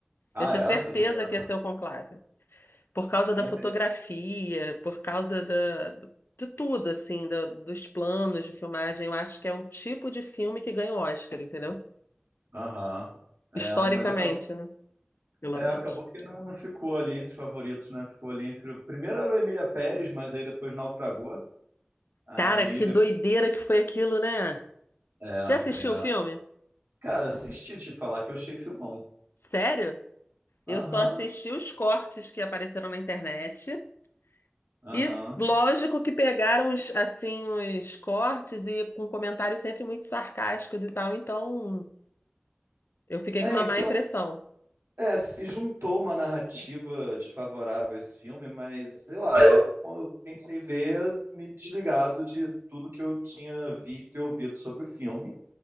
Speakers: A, on the right; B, on the left.
A: Ah,
B: Eu tinha
A: é,
B: certeza
A: essa cena,
B: que ia ser
A: essa
B: o Conclave por causa
A: cena
B: da fotografia,
A: é mesmo.
B: por causa da, do- de tudo, assim, da- dos planos de filmagem. Eu acho que é o tipo de filme que ganha o Oscar, entendeu?
A: Aham.
B: Historicamente,
A: É, mas acabou
B: né? Pelo
A: É,
B: menos.
A: acabou que não, não ficou ali entre os favoritos, né? Ficou ali entre. o- Primeiro era o Emília Pérez, mas aí depois naufragou. Aí.
B: Cara, que
A: De...
B: doideira que foi aquilo, né?
A: É, é.
B: Você assistiu o filme?
A: Cara, assisti te falar que eu achei filmão.
B: Sério? Eu
A: Aham,
B: só assisti os cortes que apareceram na internet.
A: aham.
B: E lógico que pegaram os, assim, os cortes e com comentários sempre muito sarcásticos e tal, então eu fiquei
A: É,
B: com uma
A: então.
B: má impressão.
A: É, se juntou uma narrativa desfavorável a esse filme, mas sei lá, eu, eu tentei ver me desligado de tudo que eu tinha visto e ouvido sobre o filme.